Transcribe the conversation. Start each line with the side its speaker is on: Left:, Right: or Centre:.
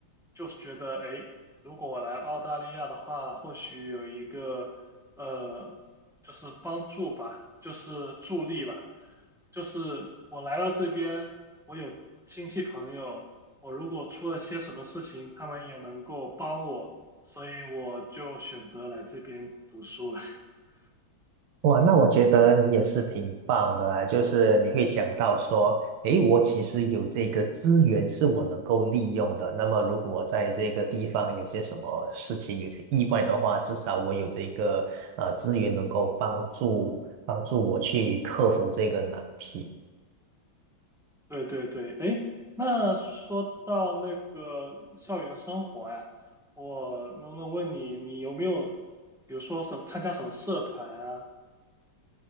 Centre: 就是觉得哎，如果我来澳大利亚的话，或许有一个。呃，就是帮助吧，就是助力吧，就是我来到这边，我有亲戚朋友，我如果出了些什么事情，他们也能够帮我，所以我就选择来这边读书了。<laughs>
Right: 哇，那我觉得你也是挺棒的啊，就是你会想到说，诶，我其实有这个资源是我能够利用的。那么，如果我在这个地方有些什么事情，有些意外的话，至少我有这个呃资源能够帮助帮助我去克服这个难题。
Centre: 对对对，哎，那说到那个校园生活呀，我能不能问你，你有没有，比如说什参加什么社团啊？